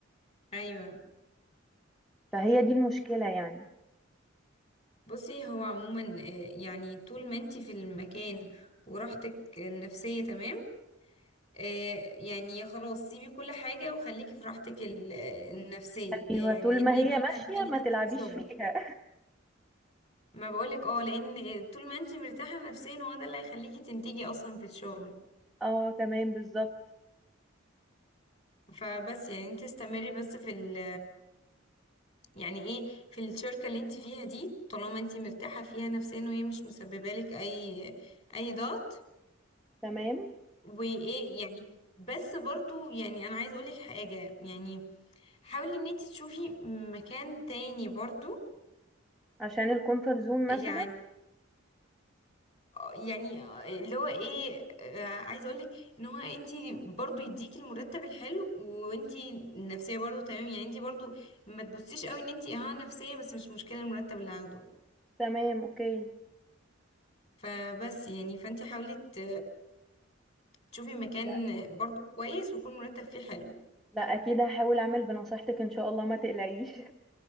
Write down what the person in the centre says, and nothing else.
فهي دي المشكلة يعني
ايوه
طول
ما
هي ماشية
ما تلعبيش
فيها
<laughs> اه تمام بالظبط
تمام
عشان الكونفرت زون مثلا
تمام اوكي
لا
لا اكيد هحاول اعمل بنصيحتك ان شاء الله ما تقلقيش <laughs>